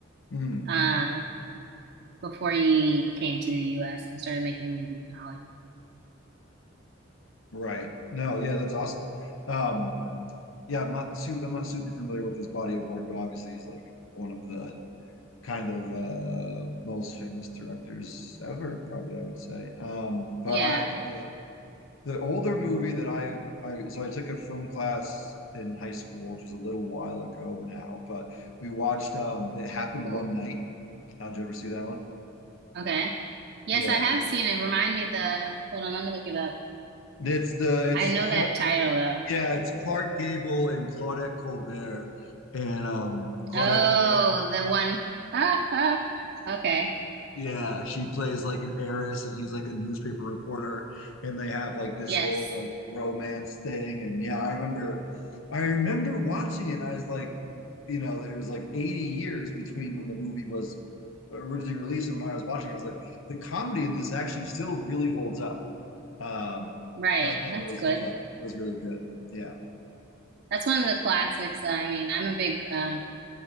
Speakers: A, on the left; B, on the right.
A: Hmm.
B: Um, before he came to the US and started making movies in Hollywood.
A: Right. No, yeah, that's awesome. Um yeah, I'm not too I'm not super familiar with his body of work, but obviously he's like one of the kind of uh most famous directors ever, probably I would say. Um, but
B: Yeah,
A: I the, the older movie that I I so I took a film class in high school, which was a little while ago now, but we watched um It Happened
B: cool.
A: One Night. Uh, Did you ever see that one?
B: Okay. Yes,
A: Yeah.
B: I have seen it. Remind me the, hold on, let me look it up.
A: It's the it's
B: I know
A: Clark
B: that title though.
A: yeah, it's Clark Gable and Claudette Colbert. And um Claudette
B: Oh,
A: Colbert
B: the one. <laughs> Ah, ah. Okay.
A: Yeah, she plays like an heiress and he's like a newspaper reporter and they have like this
B: Yes.
A: whole like romance thing and yeah, I remember I remember watching it and I was like, you know, there was like 80 years between when the movie was originally released and when I was watching it. I was like, the comedy in this actually still really holds up. Um,
B: Right.
A: I thought
B: That's
A: it was
B: good.
A: yeah, I thought it was really good. Yeah.
B: That's one of the classics. I mean, I'm a big um